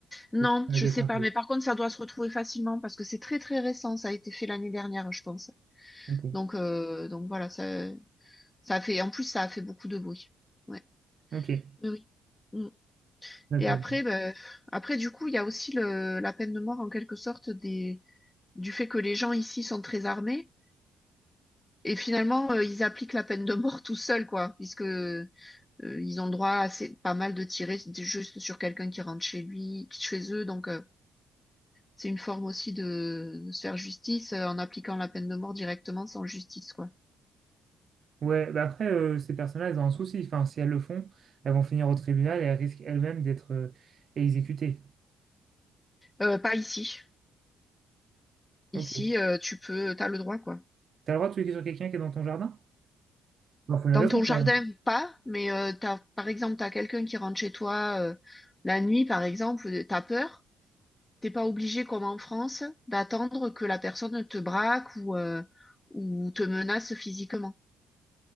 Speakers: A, on the left; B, on the right.
A: Non,
B: C'est un
A: je sais
B: un
A: pas,
B: peu.
A: mais par contre, ça doit se retrouver facilement parce que c'est très très récent. Ça a été fait l'année dernière, je pense.
B: Ok,
A: Donc euh, donc voilà, ça ça a fait. En plus, ça a fait beaucoup de bruit. Ouais.
B: Ok.
A: Oui. oui. Mm.
B: d'accord.
A: Et après, ben, après du coup, il y a aussi le, la peine de mort en quelque sorte des, du fait que les gens ici sont très armés et finalement euh, ils appliquent la peine de mort tout seuls quoi, puisque euh, ils ont le droit à assez, pas mal de tirer d- juste sur quelqu'un qui rentre chez lui, chez eux, donc euh, c'est une forme aussi de, de se faire justice euh, en appliquant la peine de mort directement sans justice quoi.
B: Ouais, bah après, euh, ces personnes-là, elles ont un souci. Enfin, si elles le font, elles vont finir au tribunal et elles risquent elles-mêmes d'être euh, exécutées.
A: Euh, pas ici. Ici,
B: Ok.
A: euh, tu peux, t'as le droit quoi.
B: T'as le droit de tuer sur quelqu'un qui est dans ton jardin? Bah, faut une
A: Dans
B: raison
A: ton jardin,
B: quand même.
A: pas, mais euh, t'as, par exemple, t'as quelqu'un qui rentre chez toi euh, la nuit, par exemple, euh, t'as peur, t'es pas obligé, comme en France, d'attendre que la personne te braque ou, euh, ou te menace physiquement,